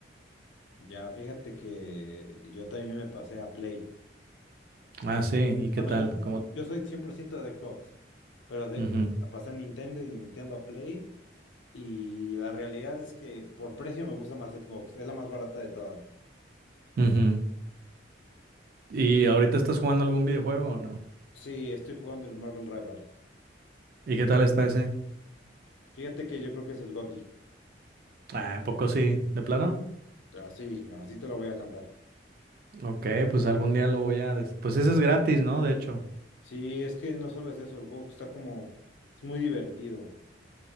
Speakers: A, on the left; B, on the right.
A: Ya, fíjate que yo también me pasé a Play.
B: Ah, sí, ¿y qué
A: Bueno,
B: tal?
A: yo, soy-
B: ¿Cómo?
A: yo soy 100% de Xbox, pero de
B: Ujú,
A: Xbox me pasé a Nintendo y de Nintendo a Play. Y la realidad es que por precio me gusta más Xbox, es la más barata de todas.
B: ujú. ¿Y ahorita estás jugando algún videojuego o no?
A: Sí, estoy jugando el Marvel Rivals.
B: ¿Y qué tal está ese?
A: Fíjate que yo creo que es el GOTY.
B: Ah, ¿a poco sí? ¿De plano?
A: Así, así te lo voy a cantar.
B: Ok, pues algún día lo voy a... des- Pues ese es gratis, ¿no? De hecho,
A: Sí, es que no solo es eso, el juego está como, es muy divertido.